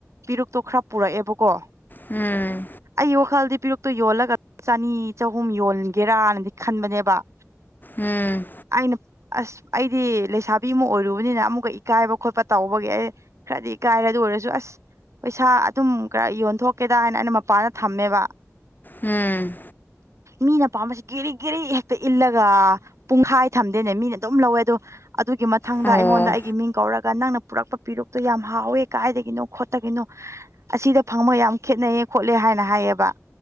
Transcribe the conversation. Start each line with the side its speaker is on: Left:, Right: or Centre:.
Right: ꯄꯦꯔꯨꯛꯇꯣ ꯈꯔ ꯄꯨꯔꯛꯑꯦꯕꯀꯣ
Left: ꯎꯝ
Right: ꯑꯩ ꯋꯥꯈꯜꯗꯤ ꯄꯤꯔꯛꯇꯨ ꯌꯣꯜꯂꯒ ꯆꯅꯤ ꯆꯍꯨꯝ ꯌꯣꯟꯒꯦꯔꯅꯗꯤ ꯈꯟꯕꯅꯦꯕ
Left: ꯎꯝ
Right: ꯑꯩꯅ ꯑꯁ ꯑꯩꯗꯤ ꯂꯩꯁꯥꯕꯤ ꯑꯃ ꯑꯣꯏꯔꯨꯕꯅꯤꯅ ꯑꯃꯨꯛꯀ ꯏꯀꯥꯏꯕ ꯈꯣꯠꯄ ꯇꯧꯕꯒꯤ ꯑꯩ ꯈꯔꯗꯤ ꯀꯥꯏꯔꯦ ꯑꯗꯨ ꯑꯣꯏꯔꯁꯨ ꯑꯁ ꯄꯩꯁꯥ ꯑꯗꯨꯝ ꯈꯔ ꯌꯣꯟꯊꯣꯛꯀꯦꯗ ꯍꯥꯏꯅ ꯑꯩꯅ ꯃꯄꯥꯟꯗ ꯊꯝꯃꯦꯕ
Left: ꯎꯝ
Right: ꯃꯤꯅ ꯄꯥꯝꯕꯁꯤ ꯒꯦꯔꯤ ꯒꯦꯔꯤ ꯍꯦꯛꯇ ꯏꯜꯂꯒ ꯄꯨꯡꯈꯥꯏ ꯊꯝꯗꯦꯅꯦ ꯃꯤꯅ ꯑꯗꯨꯝ ꯂꯧꯋꯦ ꯑꯗꯣ ꯑꯗꯨꯒꯤ ꯃꯊꯪꯗ
Left: ꯑꯣ
Right: ꯑꯩꯉꯣꯟꯗ ꯑꯩꯒꯤ ꯃꯤꯡ ꯀꯧꯔꯒ ꯅꯪꯅ ꯄꯨꯔꯛꯄ ꯄꯤꯔꯨꯛꯇꯣ ꯌꯥꯝ ꯍꯥꯎꯋꯦ ꯀꯥꯏꯗꯒꯤꯅꯣ ꯈꯣꯠꯇꯒꯤꯅꯣ ꯑꯁꯤꯗ ꯐꯪꯕ ꯌꯥꯝ ꯈꯦꯠꯅꯩꯌꯦ ꯈꯣꯠꯂꯦ ꯍꯥꯏꯅ ꯍꯥꯏꯌꯦꯕ